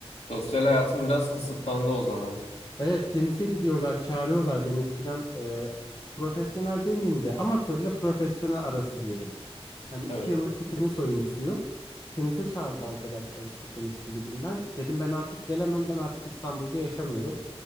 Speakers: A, on the left (about 85°); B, on the left (about 35°).
A: Sosyal hayatım biraz kısıtlandı o zaman.
B: Evet, tenise gidiyorlar, çağırıyorlar. Ben eskiden e, profesyonel demeyeyim de amatörle profesyonel arası diyelim. Hani
A: Evet.
B: iki yıllık bir tenis oyuncusuyum. Tenise çağırdı arkadaşlar işte tenis kulübünden. Dedim ben artık gelemem. Ben artık İstanbul'da yaşamıyorum.